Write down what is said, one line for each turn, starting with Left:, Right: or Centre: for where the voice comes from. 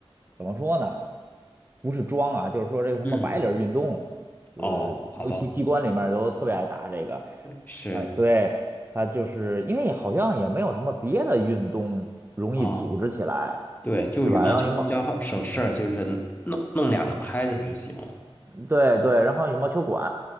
Right: 怎么说呢？不是装啊，就是说这个什么白领儿运动，
Left: 嗯，
Right: 就是尤其机关里面儿都特别爱打这个。
Left: 哦，好吧，是
Right: 呃，对，它就是因为好像也没有什么别的运动容易组织起来，
Left: 哦，对，就羽毛球比较好省事儿，
Right: 对吧？让羽毛。
Left: 就是弄弄两个拍子就行。
Right: 对对，然后羽毛球馆